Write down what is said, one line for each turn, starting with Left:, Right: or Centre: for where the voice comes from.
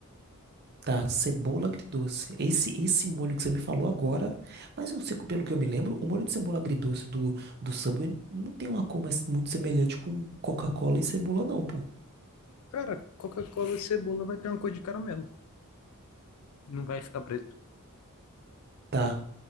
Right: Tá, cebola agridoce. Esse, esse molho que você me falou agora, mas eu sei que, pelo que eu me lembro, o molho de cebola agridoce do, do Subway não tem uma cor mais muito semelhante com Coca-Cola e cebola, não, pô.
Left: Cara, Coca-Cola e cebola vai ter uma cor de caramelo, não vai ficar preto.
Right: Tá,